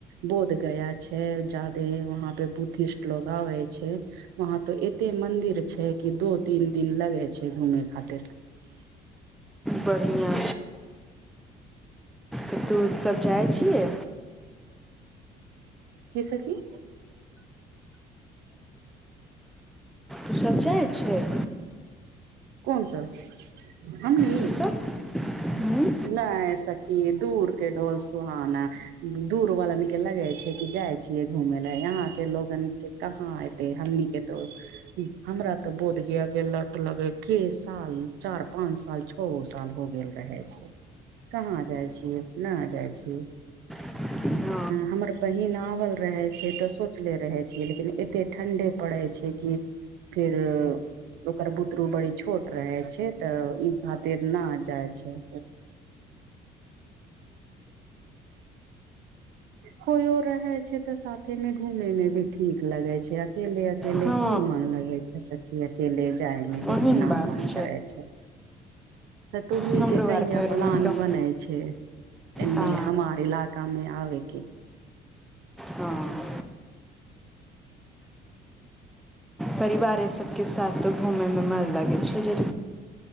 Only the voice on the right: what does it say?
बोध गया छैय जादे वहाँ पे बुद्धिस्ट लोग आबय छैय वहााँ तो एते मंदिर छैय कि दो तीन दिन लगय छैय घूमे खातिर
की सखी
कौन सब हमरी
नै सखी दूर के ढोल सुहाना दूर वालन के लगै छय कि जाइ छियै घूमेय ला यहां के लोगन के कहाँ एते हमनी के तो हमरा तऽ बोध गिया के लत लगै के साल चार-पाँंच साल छओ साल हो गेल रहै छै कहाँ जाइ छियै ना जाइ छीयै
हमर बहिन आबल रहय छैय तऽ सोचले रहय छियै लेकिन एते ठण्ढे पड़ै छै कि फिर ओकर बुतरू बड़ी छोट रहय छैय तऽ इ खातिर न जाय छैय कोयो रहय छैय तऽ साथे मे घूमय मे भी ठीक लगय छैय अकेले अ अकेले
की मन लगै छै सखी अकेले जायमे कही
न
मन करै छै तत तोहनी
के कहिया
प्लान
बनै छै एने
हमार इलाका मे आबे के